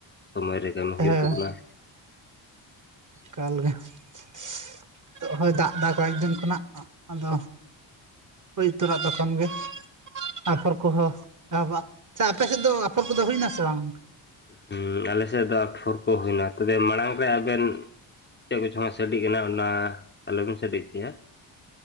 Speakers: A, on the left; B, on the right.
A: ᱥᱚᱢᱚᱭ ᱨᱮ ᱠᱟᱹᱢᱤ
B: ᱦᱮᱸ
A: ᱦᱩᱭᱩᱜ ᱛᱟᱵᱚᱱᱟ ᱾
B: ᱮᱠᱟᱞ ᱜᱮ, ᱱᱤᱛᱚᱜ ᱦᱚᱸᱭ ᱫᱟᱜ ᱮᱫᱟ ᱠᱚᱭᱮᱠ ᱫᱤᱱ ᱠᱷᱚᱱᱟᱜ ᱾ ᱟᱫᱚ ᱦᱩᱭ ᱩᱛᱟᱹᱨᱚᱜᱼᱟ ᱛᱚᱠᱷᱚᱱ ᱜᱮ ᱾ ᱟᱯᱷᱚᱨ ᱠᱚᱦᱚᱸ ᱮᱦᱚᱵᱚᱜᱼᱟ ᱾ ᱟᱪᱪᱷᱟ ᱟᱯᱮ ᱥᱮᱫ ᱫᱚ ᱟᱯᱷᱚᱨ ᱠᱚᱫᱚ ᱦᱩᱭᱮᱱᱟ ᱥᱮ ᱵᱟᱝ?
A: ᱦᱩᱸ ᱟᱞᱮ ᱥᱮᱫ ᱫᱚ ᱟᱯᱷᱚᱨ ᱠᱚ ᱦᱩᱭ ᱱᱟ, ᱛᱚᱵᱮ ᱢᱟᱲᱟᱝ ᱨᱮ ᱟᱵᱮᱱ ᱪᱮᱫ ᱠᱚᱪᱚᱝ ᱦᱟᱸᱜ ᱥᱟᱰᱤ ᱠᱟᱱᱟ, ᱚᱱᱟ ᱟᱞᱚ ᱵᱤᱱ ᱥᱟᱰᱤ ᱦᱚᱪᱚᱭᱟ ᱾